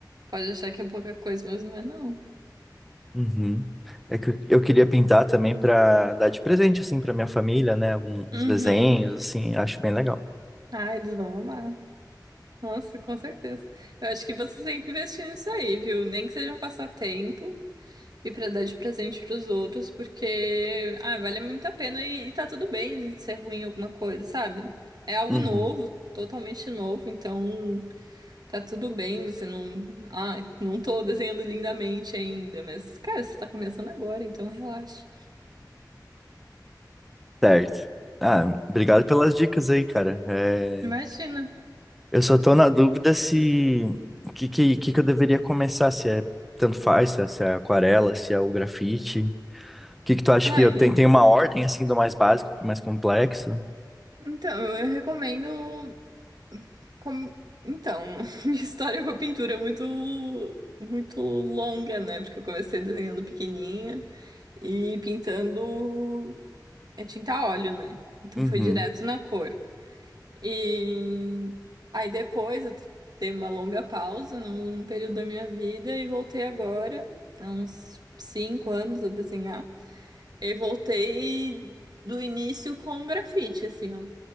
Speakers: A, on the right; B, in the centre.
A: Pode achar que é pouca coisa, mas não é não.
B: Uhum. É que eu eu queria pintar também pra dar de presente assim pra minha família, né? Alguns
A: Uhum.
B: desenhos assim, acho bem legal.
A: Ah, eles vão amar. Nossa, com certeza. Eu acho que vocês têm que investir nisso aí, viu? Nem que seja um passatempo. e pra dar de presente pros outros, porque, ah, vale muito a pena e, e tá tudo bem a gente ser ruim em alguma coisa, sabe? É algo
B: Uhum.
A: novo, totalmente novo, então tá tudo bem, você não, ah, não tô desenhando lindamente ainda, mas, cara, você tá começando agora, então relaxa.
B: Certo. Ah, obrigado pelas dicas aí, cara. É,
A: Imagina.
B: Eu só tô na dúvida se o que, que, que que eu deveria começar, se é tanto faz, se é, se é aquarela, se é o grafite. O que que tu acha
A: Ai,
B: que eu tenho? Tem uma ordem assim do mais básico pro mais complexo?
A: então, eu recomendo. Com- Então, <laughs> minha história com a pintura é muito, muito longa, né? Porque eu comecei desenhando pequenininha e pintando é tinta a óleo, né? Então
B: Uhum,
A: foi direto na cor. E aí depois eu dei uma longa pausa num período da minha vida e voltei agora, há uns cinco anos a desenhar. E voltei do início com grafite, assim, ó